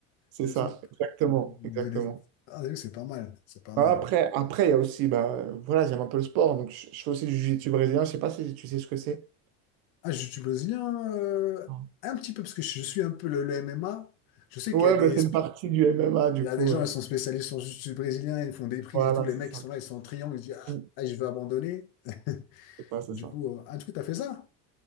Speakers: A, on the right (about 70°); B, on the left (about 70°).
A: c'est
B: Et
A: ça,
B: tout.
A: exactement,
B: On-
A: exactement.
B: on faisait des- Ah, t'as vu, c'est pas mal, c'est pas mal.
A: Bah, Après, après, il y a aussi, bah, euh, voilà, j'aime un peu le sport, donc je, je fais aussi du jiu-jitsu brésilien. Je sais pas si tu sais ce que c'est.
B: Ah, je suis brésilien, euh,
A: Non.
B: un petit peu, parce que je suis un peu le, le MMA. Je sais
A: Ouais,
B: qu'il y a des...
A: bah, c'est une partie du MMA, du
B: Il y a
A: coup.
B: des gens,
A: euh,
B: ils sont spécialistes, ils sont juste brésiliens, ils font des prises
A: voilà,
B: et tout. Les
A: c'est
B: mecs,
A: ça.
B: ils sont là, ils sont en triangle, ils se disent, ah,
A: Mm.
B: ah, je vais abandonner. <laughs>
A: C'est ça, c'est
B: Du
A: ça.
B: coup, euh, ah, du coup, t'as fait ça?